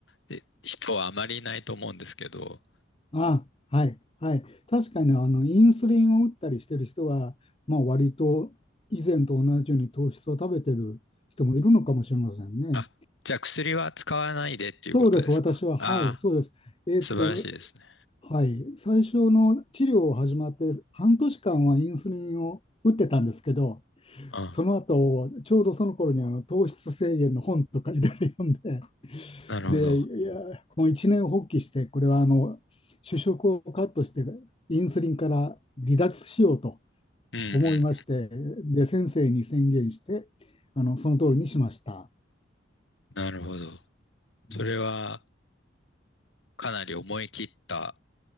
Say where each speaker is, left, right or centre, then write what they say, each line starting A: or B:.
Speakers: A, on the left; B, on the left.
A: で人はあまりいないと思うんですけど、
B: ああ、はいはい。確かに、あの、インスリンを打ったりしてる人は、まあ、割と以前と同じように糖質を食べてる人もいるのかもしれませんね。
A: あ、じゃあ薬は使わないでっていうことですかああ、
B: そうです、私は。はい、そうです。えっと、
A: 素晴らしいですね。
B: はい、最初の治療を始まって半年間はインスリンを打ってたんですけど、
A: あ、
B: その後、ちょうどその頃にあの糖質制限の本とかいろいろ読んで、<laughs>
A: なるほど。
B: で、いや、もう一年発起して、これはあの主食をカットして、インスリンから離脱しようと
A: うんう
B: 思いまして、で、先生に宣言して、あのその通りにしました。
A: ん。なるほど。それは
B: うん、
A: かなり思い切った